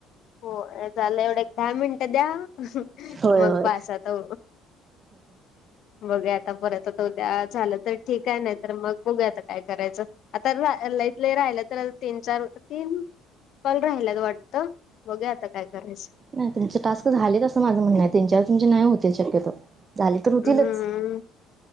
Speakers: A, on the left; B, on the right.
A: हो लं एवढ्या एक दहा मिनटं द्या. मग.
B: होय
A: मग
B: होय.
A: बास आता. बघू आता परत झालं तर ठीक आहे. नाही तर मग बघू आता. काय करायचं आता. ल इथ ल राहिलं तर तीन चार तीन कॉल राहिला वाटतं बघू आता काय करायचं.
B: नाही तुमच टास्क झालेतचं माझं म्हणणं आहे. त्यांच्यावर तुमचे न नाहीय होतील शक्यतो. झाले तर होतीलच
A: हम्म.